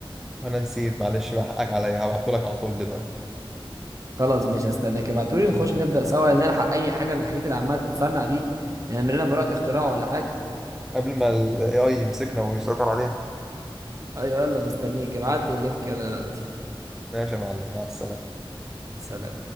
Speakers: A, in the centre; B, on the right.
A: وانا نسيت معلش بقى حقك عليا هبعتهولك على طول دلوقتي
B: خلاص ماشي هستناك ابعتولي نخش نبدا سوا نلحق اي حاجه من الحاجات اللي عماله تتصنع دي نعمل لنا براءه اختراع ولا حاجه
A: قبل ما الاي اي يمسكنا ويسيطر علينا
B: ايوه يلا مستنيك ابعت لي اللينك يلا دلوقتي
A: ماشي يا معلم مع السلامه
B: سلام